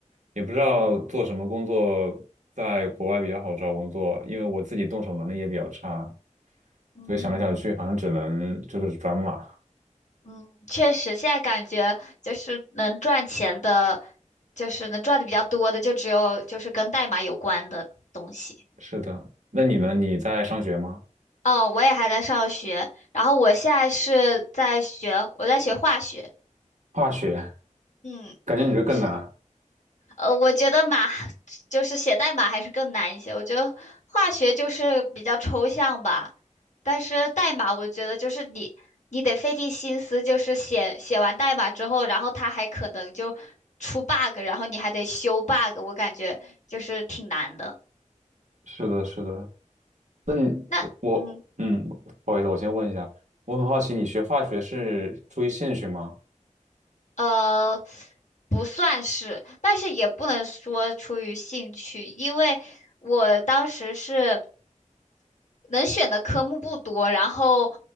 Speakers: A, on the right; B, on the left.
A: 也不知道做什么工作在国外比较好找工作，因为我自己动手能力也比较差，
B: 嗯。
A: 所以想来想去，好像只能就是转码。
B: 嗯，确实，现在感觉就是能赚钱的，就是能赚的比较多的，就只有就是跟代码有关的东西。
A: 是的，那你呢？你在上学吗？
B: 哦，我也还在上学，然后我现在是在学，我在学化学。
A: 化学，
B: 嗯。
A: 感觉你这更难。
B: 是。呃，我觉得码就是写代码还是更难一些。我觉得化学就是比较抽象吧，但是代码我觉得就是你你得费尽心思，就是写写完代码之后，然后它还可能就出 bug，然后你还得修 bug，我感觉就是挺难的。
A: 是的，是的。那你我我嗯，
B: 那嗯
A: 不好意思，我先问一下，我很好奇，你学化学是出于兴趣吗？
B: 呃不算是，但是也不能说出于兴趣，因为我当时是。能选的科目不多，然后，